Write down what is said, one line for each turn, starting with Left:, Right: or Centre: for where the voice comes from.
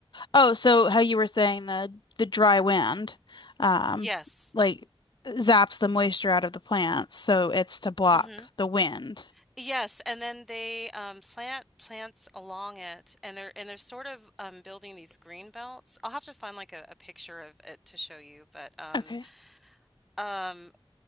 Left: Oh, so how you were saying the the dry wind, um,
Centre: yes.
Left: like zaps the moisture out of the plants, so it's to block
Centre: hmm
Left: the wind.
Centre: Yes, and then they um, plant plants along it, and they're and they're sort of um, building these green belts. I'll have to find like a, a picture of it to show you, but um,
Left: Okay.
Centre: um,